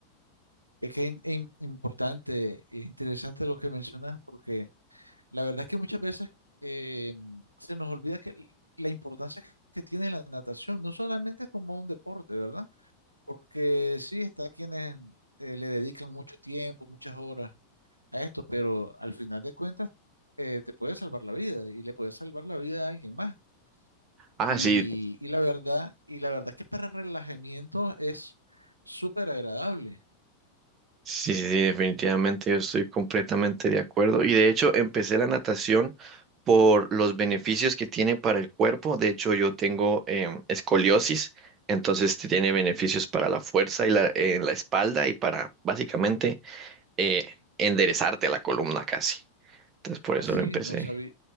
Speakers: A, on the right; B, on the right.
A: Es que es im- importante e interesante lo que mencionas, porque la verdad es que muchas veces eh, se nos olvida que l- la importancia que tiene la natación, no solamente como un deporte, ¿verdad? Porque sí, está quienes eh, le dedican mucho tiempo, muchas horas a esto, pero al final de cuentas eh, te puede salvar la vida y le puede salvar la vida a alguien más.
B: Ah,
A: Y,
B: sí,
A: y la verdad, y la verdad es que para relajamiento es súper agradable.
B: sí, sí, sí, definitivamente yo estoy completamente de acuerdo. Y de hecho empecé la natación por los beneficios que tiene para el cuerpo. De hecho yo tengo em, escoliosis, entonces tiene beneficios para la fuerza y la, en la espalda y para básicamente eh, enderezarte la columna casi. Entonces por eso
A: Así,
B: lo empecé.
A: no sabía,